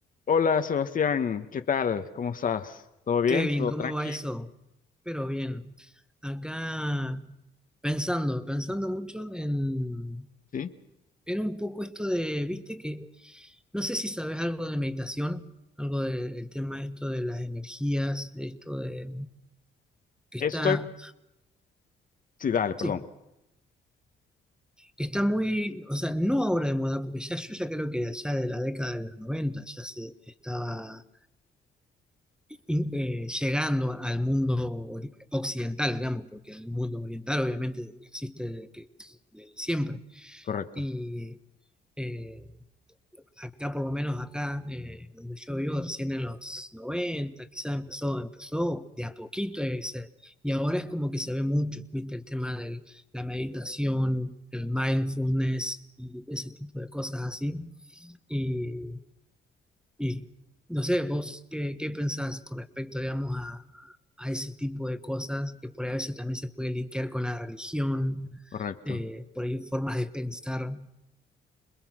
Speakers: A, on the left; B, in the centre.
A: Hola Sebastián, ¿qué tal? ¿Cómo estás? ¿Todo bien?
B: Kevin,
A: ¿Todo
B: ¿cómo
A: tranqui?
B: va eso? Pero bien, acá pensando, pensando mucho en,
A: Sí.
B: era un poco esto de, viste que, no sé si sabes algo de meditación, algo de- del tema esto de las energías, esto de, que
A: Estoy.
B: está,
A: Sí, dale, perdón.
B: sí, que está muy, o sea, no ahora de moda, porque ya yo ya creo que allá de la década de los 90 ya se estaba in- eh, llegando al mundo ori- occidental, digamos, porque el mundo oriental obviamente existe desde que- desde siempre.
A: Correcto,
B: Y eh, acá, por lo menos acá, eh, donde yo vivo, recién en los 90 quizás empezó, empezó de a poquito y, se- y ahora es como que se ve mucho, ¿viste? El tema de la meditación, el mindfulness y ese tipo de cosas así. Y y no sé, vos qué, qué pensás con respecto, digamos, a, a ese tipo de cosas que por ahí a veces también se puede linkear con la religión,
A: correcto.
B: eh, por ahí formas de pensar.